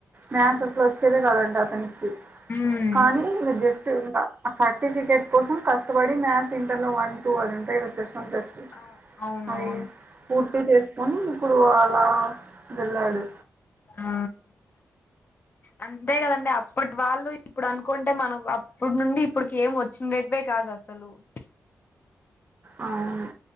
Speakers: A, on the right (about 35°); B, on the left (about 40°).
A: మ్యాసస్
B: అవును
A: లో వచ్చేదే కాదంటడి అతనికి
B: ఉమ్
A: కానీ ఈయన జస్ట్ ఆ సర్టిఫికెట్ కోసం కష్టపడి మ్యాథస్ ఇంటర్ లో వన్ టూ అది ఉంటే తెస్తు కొస్
B: అవును అవును
A: అ
B: అవును
A: పట్టి చేసుకొని ఇప్పుడు అలా వెళ్ళాడు
B: ఆ అంతే కదండి అప్పటి వాళ్ళు ఇప్పుడు అనుకుంటే మనం అప్పటి నుండి ఇప్పటికి ఏం వచ్చినవే కాదు అసలు సలు
A: అవును